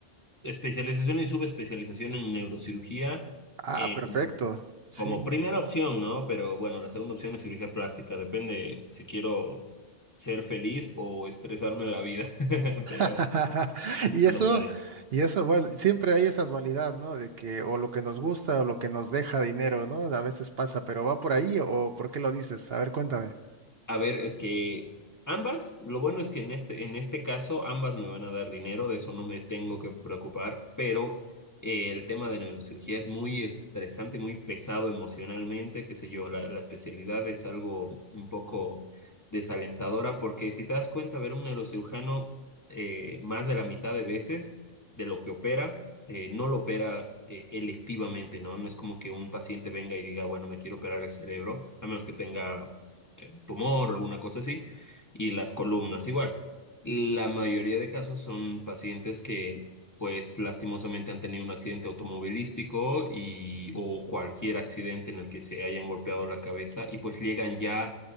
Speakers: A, on the left; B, on the right.
A: especialización y subespecialización en neurocirugía,
B: Ah,
A: eh,
B: perfecto.
A: como,
B: Sí.
A: como primera opción, ¿no? Pero bueno, la segunda opción es cirugía plástica, depende si quiero ser feliz o estresarme la vida, <laughs> pero
B: <laughs> Y
A: ando
B: eso,
A: por ahí.
B: y eso, bueno, siempre hay esa dualidad, ¿no? De que o lo que nos gusta o lo que nos deja dinero, ¿no? A veces pasa, pero ¿va por ahí o por qué lo dices? A ver, cuéntame.
A: A ver, es que ambas, lo bueno es que en este, en este caso ambas me van a dar dinero, de eso no me tengo que preocupar, pero eh, el tema de neurocirugía es muy estresante, muy pesado emocionalmente, qué sé yo, la, la especialidad es algo un poco desalentadora, porque si te das cuenta, ver un neurocirujano eh, más de la mitad de veces de lo que opera, eh, no lo opera eh, electivamente, ¿no? No es como que un paciente venga y diga, bueno, me quiero operar el cerebro, a menos que tenga eh, tumor o alguna cosa así, y las columnas igual. La mayoría de casos son pacientes que, pues, lastimosamente han tenido un accidente automovilístico y, o cualquier accidente en el que se hayan golpeado la cabeza y pues llegan ya